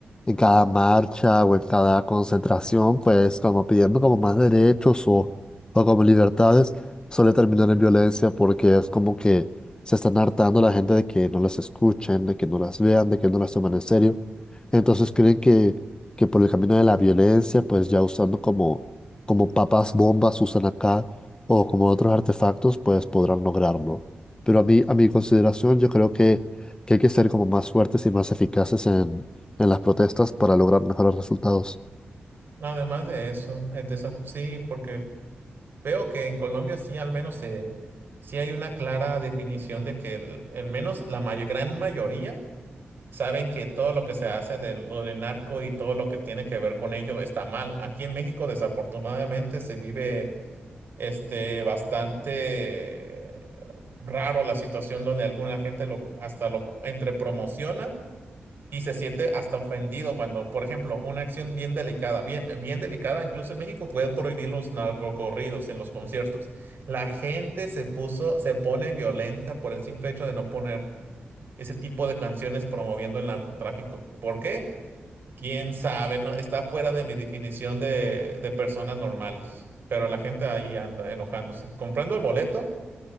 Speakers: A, on the left; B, on the right.
A: en cada marcha o en cada concentración, pues como pidiendo como más derechos o, o como libertades, suele terminar en violencia porque es como que se están hartando la gente de que no las escuchen, de que no las vean, de que no las tomen en serio. Entonces creen que que por el camino de la violencia, pues ya usando como, como papas bombas usan acá o como otros artefactos, pues podrán lograrlo. Pero a mí, a mi consideración, yo creo que, que hay que ser como más fuertes y más eficaces en, en las protestas para lograr mejores resultados.
B: además de eso, el desaf- sí, porque veo que en Colombia sí al menos se, sí hay una clara definición de que el- al menos la may- gran mayoría saben que todo lo que se hace de lo de narco y todo lo que tiene que ver con ello está mal. Aquí en México desafortunadamente se vive este, bastante raro la situación donde alguna gente lo hasta lo entre promociona y se siente hasta ofendido cuando, por ejemplo, una acción bien delicada, bien, bien delicada, incluso en México pueden prohibir los narcocorridos en los conciertos. La gente se puso, se pone violenta por el simple hecho de no poner ese tipo de canciones promoviendo el narcotráfico. ¿Por qué? Quién sabe, no, está fuera de mi definición de, de personas normales. Pero la gente ahí anda enojándose, comprando el boleto